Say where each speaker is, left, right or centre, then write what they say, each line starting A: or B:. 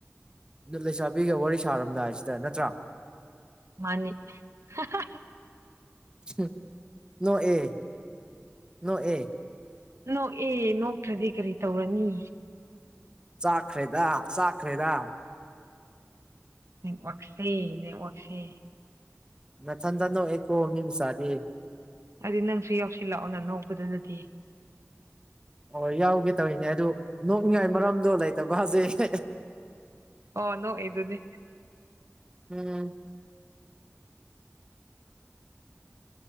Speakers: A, on the right; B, on the right.
A: ꯂꯩꯁꯥꯕꯤꯒ ꯋꯥꯔꯤ ꯁꯥꯔꯝꯗꯥꯏꯁꯤꯗ ꯅꯠꯇ꯭ꯔꯥ
B: ꯃꯥꯅꯤ ꯑ ꯍꯥ ꯍꯥ
A: ꯍꯨꯝ ꯅꯣꯛꯑꯦ ꯅꯣꯛꯑꯦ꯫
B: ꯅꯣꯛꯑꯦ ꯅꯣꯛꯇ꯭ꯔꯗꯤ ꯀꯔꯤ ꯇꯧꯒꯅꯤ
A: ꯆꯥꯛꯈ꯭ꯔꯦꯗ ꯆꯥꯈ꯭ꯔꯦꯗ
B: ꯅꯦꯠꯋꯥꯛꯁꯤ ꯅꯦꯠꯋꯥꯛꯁꯦ
A: ꯅꯊꯟꯇ ꯅꯣꯛ ꯑꯦ ꯀꯣ ꯃꯤ ꯃꯆꯥꯗꯤ
B: ꯑꯗꯨꯗꯤ ꯅꯪꯁꯨ ꯌꯧꯁꯤꯜꯂꯛꯑꯣ ꯅ ꯅꯣꯛꯄꯗꯨꯗꯗꯤ
A: ꯑꯣ ꯌꯥꯎꯒꯦ ꯇꯧꯔꯤꯅꯦ ꯑꯗꯨ ꯅꯣꯛꯅꯤꯡꯉꯥꯏ ꯃꯔꯝꯗꯣ ꯂꯩꯇꯕ ꯍꯧꯖꯤꯛ
B: ꯑꯣ ꯅꯣꯛꯏꯗꯨꯅꯤ
A: ꯎꯝ